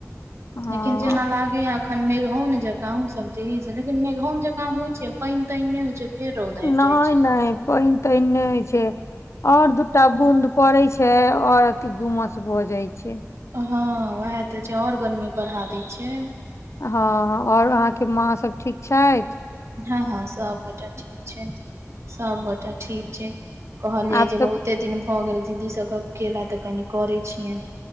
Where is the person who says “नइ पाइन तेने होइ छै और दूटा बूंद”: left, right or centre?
Left